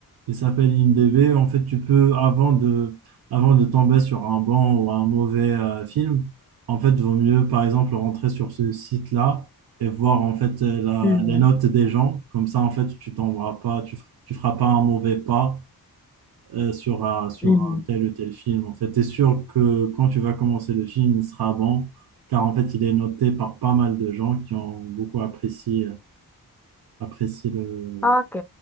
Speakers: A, on the right; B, in the centre.
A: il s'appelle IMDb. En fait, tu peux avant de avant de tomber sur un bon ou un mauvais euh, film, en fait, vaut mieux par exemple rentrer sur ce site-là et voir en fait euh, la-
B: Mhm,
A: les notes des gens. Comme ça, en fait, tu tomberas pas, tu, f- tu feras pas un mauvais pas euh, sur un, sur
B: mhm.
A: un tel ou tel film. En fait, t'es sûr que quand tu vas commencer le film, il sera bon, car en fait, il est noté par pas mal de gens qui ont beaucoup apprécié. euh, apprécie le.
B: Ok.